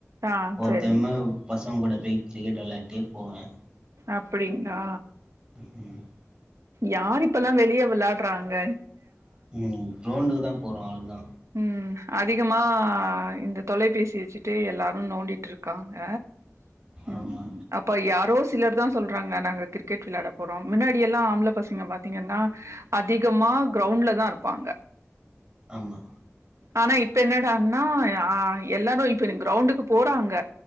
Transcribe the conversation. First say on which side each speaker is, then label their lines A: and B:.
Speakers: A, on the right; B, on the right.
A: ஆ
B: ஒரு
A: சரிங்
B: டைமு பச ங்கூட பேய் க்ரிக்கெட் வெளாட்டே போவே
A: அப்டிங்ளா
B: <inaudible>
A: யார் இப்பல்லா வெளிய வெள்ளாட்றாங்க
B: ம் க்ரௌண்டுக்குதா போறோ ஆல் தா
A: ம் அதிகமா இந்த தொலைபேசி வச்சுட்டு எல்லாரு நோண்டிட்ருக்காங்க
B: ஆமா
A: ம் அப்ப யாரோ சிலர்தா சொல்றாங்க நாங்க கிரிக்கெட் வில்லாட போறோ மின்னாடி எல்லா ஆம்ள பசங்க பாத்தீங்கன்னா அதிகமா க்ரௌண்ட்லதாருப்பாங்க
B: ஆமா
A: ஆனா இப்ப என்னடான்னா அ எல்லாரு இப்ப கிரௌண்டுக்கு போறாங்க